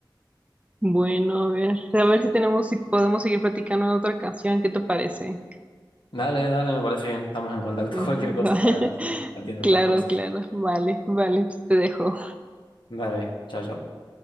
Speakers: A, on the right (about 15°); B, on the left (about 75°).
A: Bueno, a ver, a ver si tenemos, si podemos seguir platicando en otra ocasión, ¿qué te parece?
B: Dale, dale, me parece bien. Estamos en contacto.
A: Ujú.
B: <laughs> Cualquier cosa
A: <laughs>
B: para seguir compartiendo
A: Claro,
B: estas cosas.
A: claro, vale, vale, te dejo.
B: Dale, chao, chao.